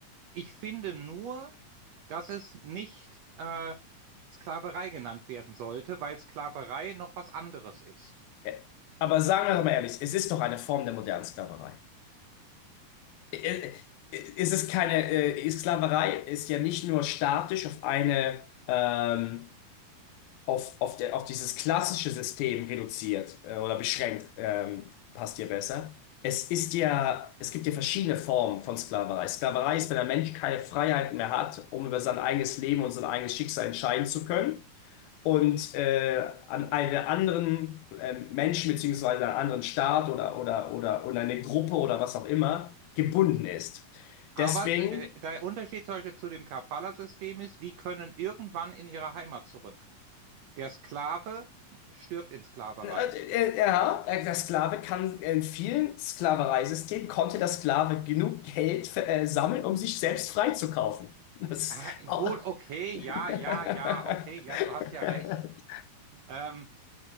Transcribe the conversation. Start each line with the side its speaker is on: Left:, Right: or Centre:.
Right: Ich finde nur, dass es nicht äh, Sklaverei genannt werden sollte, weil Sklaverei noch was anderes ist.
Left: Äh, Aber sagen wir doch mal ehrlich, es ist doch eine Form der modernen Sklaverei. Äh, äh, Es ist keine, äh, Sklaverei ist ja nicht nur statisch auf eine, ähm, auf, auf, der, auf dieses klassische System reduziert äh, oder beschränkt, ähm, passt dir besser. Es ist ja, es gibt ja verschiedene Formen von Sklaverei. Sklaverei ist, wenn der Mensch keine Freiheiten mehr hat, um über sein eigenes Leben und sein eigenes Schicksal entscheiden zu können und äh, an einen anderen ähm, Menschen beziehungsweise einen anderen Staat oder, oder, oder, oder eine Gruppe oder was auch immer gebunden ist.
Right: Aber
Left: Deswegen
Right: äh, der Unterschied zum Beispiel zu dem Kafala-System ist, die können irgendwann in ihre Heimat zurück. Der Sklave stirbt in Sklaverei.
Left: Äh, äh, Ja, äh, der Sklave kann in vielen Sklavereisystemen konnte der Sklave genug Geld für, äh, sammeln, um sich selbst freizukaufen. Das ist
Right: Ah,
Left: auch-
Right: Gut, okay,
Left: <laughs>
Right: ja, ja, ja, okay, ja, du hast ja recht. Ähm,